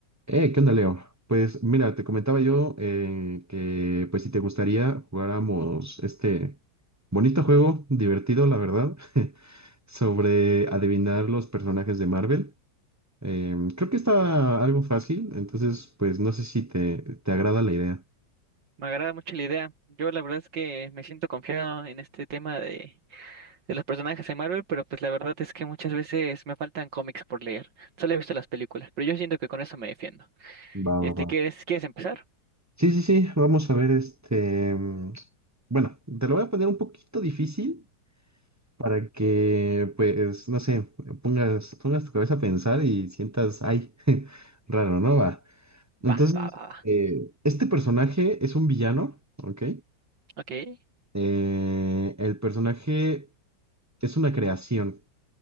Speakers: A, on the right; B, on the right.
A: Eh, ¿qué onda, Leo? Pues mira, te comentaba yo eh, que pues si te gustaría jugáramos este bonito juego, divertido, la verdad, <laughs> sobre adivinar los personajes de Marvel. Em, creo que está algo fácil, entonces pues no sé si te, te agrada la idea.
B: Me agrada mucho la idea. Yo la verdad es que me siento confiado en este tema de, de los personajes de Marvel, pero pues la verdad es que muchas veces me faltan cómics por leer. Solo he visto las películas, pero yo siento que con eso me defiendo.
A: Va,
B: Este,
A: va, va.
B: ¿quieres, quieres empezar?
A: Sí, sí, sí, vamos a ver este... em, Bueno, te lo voy a poner un poquito difícil para que, pues, no sé, pongas, pongas tu cabeza a pensar y sientas, ay, <laughs> raro, ¿no? Va. Entonces,
B: Va, va, va, va.
A: eh, este personaje es un villano, ¿ok?
B: Ok. Es
A: Eh, el personaje es una creación,